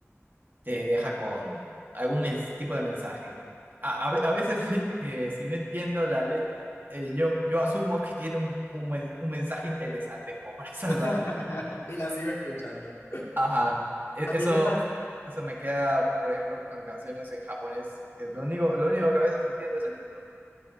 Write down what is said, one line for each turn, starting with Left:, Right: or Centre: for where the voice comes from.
Right: te deja con algún mens- tipo de mensaje. A, a ve- a veces, <laughs> eh, si no entiendo la letra, eh, yo, yo asumo que tiene un, un men- un mensaje interesante como para <laughs> salvarla.
Left: <laughs> Y la sigo escuchando.
Right: Ajá, e-
Left: A
Right: eso,
Left: mí me, pas-
Right: eso me queda, por ejemplo, con canciones en japonés, que es lo único, lo único que a veces entiendo es el título.